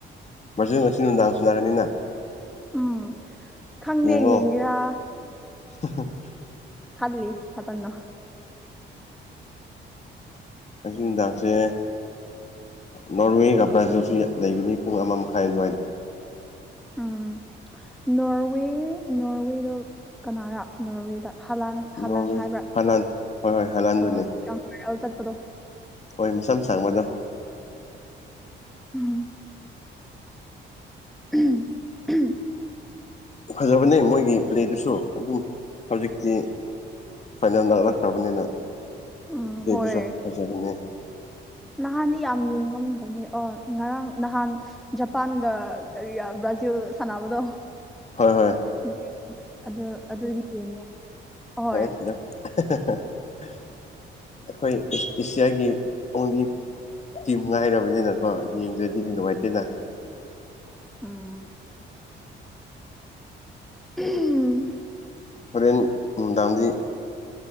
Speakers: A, on the left (about 35°); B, in the centre.
A: ꯕ꯭ꯔꯖꯤꯜ ꯉꯪꯁꯤ ꯅꯨꯡꯗꯥꯡ ꯁꯥꯅꯔꯅꯤꯅ
B: ꯎꯝ ꯈꯪꯗꯦ
A: ꯌꯦꯡꯉꯣ
B: ꯌꯦꯡꯒꯦꯔꯥ
A: <inaudible>
B: ꯈꯜꯂꯤ ꯐꯖꯟꯅ
A: ꯉꯁꯤ ꯅꯨꯃꯤꯗꯥꯡꯁꯦ ꯅꯣꯔꯋꯦꯒ ꯕ꯭ꯔꯥꯖꯤꯜꯁꯨ ꯂꯩꯒꯅꯤ ꯄꯨꯡ ꯑꯃ ꯃꯈꯥꯏ <unintelligible>
B: ꯎꯝ ꯅꯣꯔꯋꯦ ꯅꯣꯔꯋꯦꯗ ꯀꯅꯥꯔꯥ ꯅꯣꯔꯋꯦꯗ ꯍꯂꯥꯟ
A: ꯅꯣꯔꯋꯦ
B: ꯍꯜꯂꯟ ꯍꯥꯏꯕ꯭ꯔꯥ
A: ꯍꯂꯥꯟ ꯍꯣꯏ ꯍꯣꯏ ꯍꯂꯥꯟꯗꯨꯅꯦ
B: ꯑ ꯌꯥꯝ ꯚꯥꯏꯔꯦꯜ ꯆꯠꯄꯗꯣ
A: ꯍꯣꯏ ꯃꯁꯝ ꯁꯥꯡꯕꯗꯣ
B: <unintelligible> ꯎꯝ
A: ꯐꯖꯕꯅꯦ ꯃꯣꯏꯒꯤ ꯄ꯭ꯂꯦꯗꯨꯁꯨ ꯑꯗꯨꯝ ꯍꯧꯖꯤꯛꯇꯤ ꯐꯥꯏꯅꯥꯜ ꯂꯥꯛꯂꯛꯈ꯭ꯔꯕꯅꯤ ꯅꯪ
B: ꯎꯝ
A: ꯗꯗꯨꯁꯨ
B: ꯍꯣꯏ
A: ꯍ ꯐꯖꯕꯅꯦ
B: ꯅꯍꯥꯟꯗꯤ ꯌꯥꯝ ꯌꯦꯡꯉꯝꯗꯕꯅꯦ ꯑꯣ ꯉꯔꯥꯡ ꯅꯍꯥꯟ ꯖꯄꯥꯟꯒ ꯀꯔꯤ ꯕ꯭ꯔꯥꯖꯤꯜ ꯁꯥꯟꯅꯕꯗꯣ
A: ꯍꯣꯏ ꯍꯣꯏ
B: ꯌꯦꯡ ꯑꯗꯨ ꯑꯗꯨꯗꯤ ꯌꯦꯡꯉꯦ ꯍꯣꯏ
A: <unintelligible> ꯑꯩꯈꯣꯏ ꯑꯦꯁꯤꯌꯥꯒꯤ ꯑꯣꯡꯂꯤ ꯇꯤꯝ ꯉꯥꯏꯔꯕꯅꯤꯅꯀꯣ ꯌꯦꯡꯗ꯭ꯔꯗꯤ ꯌꯥꯝ ꯅꯨꯡꯉꯥꯏꯇꯦꯅ
B: ꯎꯝ ꯎꯝ
A: ꯍꯣꯔꯦꯟ ꯅꯨꯡꯗꯥꯡꯗꯤ